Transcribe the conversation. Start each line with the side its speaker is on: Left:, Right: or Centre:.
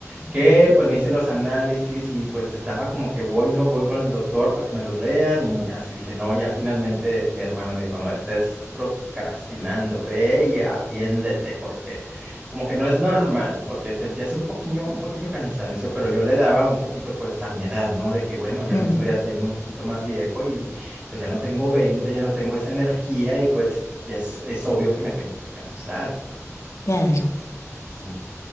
Right: que
Left: Ujú.
Right: pues me hice los análisis y pues estaba como que voy, no voy con el doctor para que me los lean y así dije, no, ya finalmente mi hermana me dijo, no, estés procrastinando, ve y atiéndete porque como que no es normal, porque sentía así un pequeño, un pequeño cansancio, pero yo le daba un poquito pues a mi edad, ¿no? De que bueno, ya
Left: Mm,
Right: me estoy haciendo un poquito más viejo y pues ya no tengo 20 ya no tengo esa energía y pues ya es, es obvio que me tengo que cansar.
Left: claro.
Right: Sí.